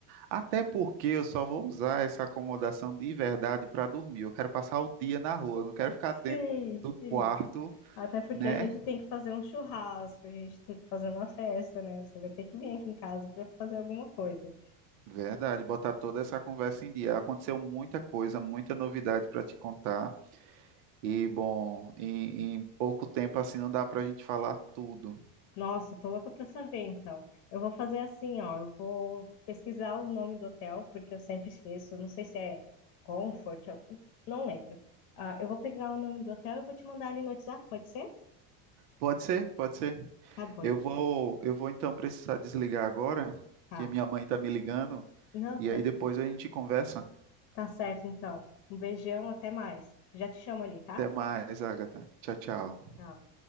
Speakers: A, on the right; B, on the left.
A: até porque eu só vou usar essa acomodação de verdade para dormir. Eu quero passar o dia na rua, eu não quero ficar dentro
B: sim,
A: do
B: sim.
A: quarto,
B: Até porque
A: né?
B: a gente tem que fazer um churrasco, a gente tem que fazer uma festa, né? Você vai ter que vir aqui em casa para fazer alguma coisa.
A: Verdade, botar toda essa conversa em dia. Aconteceu muita coisa, muita novidade para te contar. E, bom, em, em pouco tempo assim não dá para a gente falar tudo.
B: Nossa, tô louca pra saber, então. Eu vou fazer assim, ó, eu vou pesquisar o nome do hotel, porque eu sempre esqueço, eu não sei se é Comfort, eu não lembro. Ah, eu vou pegar o nome do hotel e vou te mandar ali no WhatsApp, pode ser?
A: Pode ser, pode ser.
B: Tá bom,
A: Eu
B: então.
A: vou, eu vou então precisar desligar agora,
B: tá.
A: porque minha mãe está me ligando,
B: Não,
A: e
B: tranquilo.
A: aí depois a gente conversa.
B: Tá certo, então. Um beijão, até mais. Já te chamo ali, tá?
A: Até mais, Agatha. Tchau, tchau.
B: Tchau.